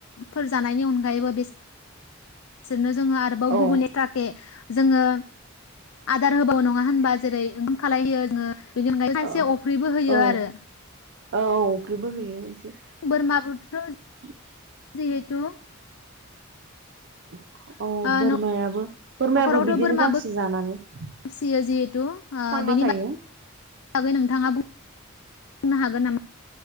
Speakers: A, on the left (about 75°); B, on the right (about 60°).
A: फोर जानायनि अनगायैबो बे बिसोरनो जोङो आरोबाव
B: औ
A: गुबुननि थाखै जोङो आदार होबाव नङा होनबा जेरै ओंखाम खालाय होयो जोङो बेनि अनगायै खायसे
B: ओ
A: अफ्रिबो होयो
B: औ-औ-औ
A: आरो
B: अफ्रिबो होयो एसे
A: बोरमा फोरखोथ' <unintelligible>
B: <unintelligible>
A: जिहेतु
B: <unintelligible> अ
A: ओ
B: बोरमायाबो बोरमायाबो
A: न'खरावथ'
B: बिदिनो
A: बोरमाबो
B: गांसो जानानै थांना
A: फिसियो जिहेथु ओ बेनि
B: थायो
A: बागै नोंथाङा बुं बुंनो हागोन नामा